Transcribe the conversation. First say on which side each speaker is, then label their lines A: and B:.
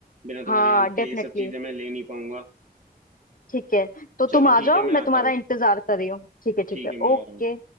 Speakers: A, on the right (about 50°); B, on the left (about 55°).
A: बिना तुम्हारी
B: हाँ
A: हेल्प के
B: डेफिनेटली
A: ये सब चीज़ें मैं ले नहीं पाऊंगा
B: ठीक है तो
A: चलो
B: तुम आ
A: ठीक
B: जाओ
A: है मैं
B: मैं
A: आता
B: तुम्हारा
A: हूँ
B: इंतजार कर रही हूँ ठीक है ठीक
A: ठीक
B: है
A: है मैं
B: ओके
A: आ रहा हूँ